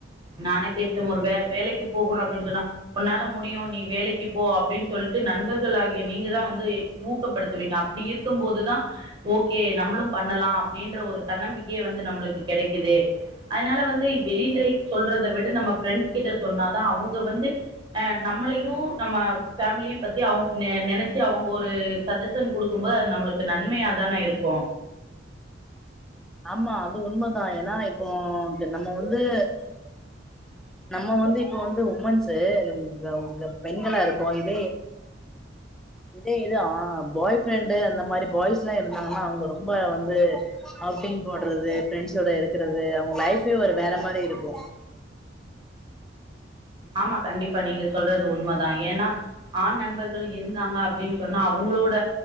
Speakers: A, on the right; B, in the centre.
A: நானே பேசறன் ஒரு வே வேலைக்கு போகணும் அப்டின்னு சொன்னா உன்னால முடியும் நீ வேலைக்கு போ அப்டின்னு சொல்லிட்டு நண்பர்கள் ஆகிய நீங்க தான் வந்து ஊக்கப்படுத்துவீங்க அப்படி இருக்கும் போதுதான் ஓகே நம்மளும் பண்ணலாம் அப்டின்ற ஒரு தன்னம்பிக்கையே வந்து நம்மளுக் க்கு கெடைக்குது அதனால வந்து வெளியில சொல்றத விட நம்ம ப்ரெண்ட்ஸ்கிட்ட சொன்னாதா அவுங்க வந்து ஆ நம்மளையூ நம்ம பேமிலியையு பத்தி அவுங்க நெ நெனைச்சு அவங்க ஒரு சஜஷன் குடுக்கும் போது அது நம்மளுக்கு நன்மையாதான இருக்கு
B: ஆமா அது உண்மைதான் ஏனா இப்போ நம்ம வந்து-நம்ம வந்து இப்ப வந்து உமன்ஸ் உங்க-உங்க பெண் ல்லாருக்கும் இதே இதே எது பாய் ப்ரெண்டு அந்த மாதிரி பாய்ஸ் எல்லாம் இருந்தாங்கன்னா அவுங்க ரொம்ப வந்து அவுட்டிங் போடுறது பிரெண்ட்ஸோட இருக்கறது அவுங்க லைஃபே ஒரு வேற மாரி இருக்கும்
A: ஆமா கண்டிப்பா நீங்க சொல்றது உண்மைதான் ஏனா ஆண் நண்பர்கள் இருந்தாங்க அப்டின்னு சொன்னா அவுங்களோட